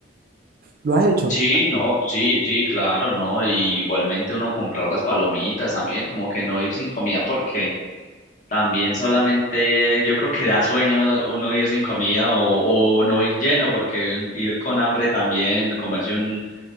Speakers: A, on the right; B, on the left.
A: ¿Lo has hecho?
B: sí, no, sí, sí, claro, no. y igualmente uno comprar las palomitas también, como que no ir sin comida porque también solamente yo creo que da sueño uno ir sin comida o, o no ir lleno porque ir con hambre también, comerse un,